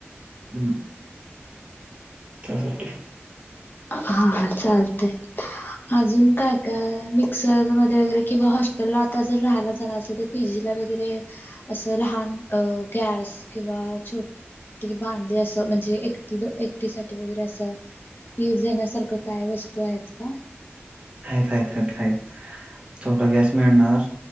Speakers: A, on the right (about 25°); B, on the left (about 50°).
A: हम् त्यासाठी
B: हा चालतय अजून काय काय का मिक्सर मध्ये वगरे किंवा हॉस्टेल ला आता जर राहायला जाणार असे तर पीजी ला वगैरे असं लहान गॅस किंवा छोटी भांडी असं म्हणजे एकटी एकटी साठी वगैरे अस युज येण्यासारखं काय वस्त तो आहेत का
A: आहेतच आहेत आहेत आहेत छोटा गॅस मिळणार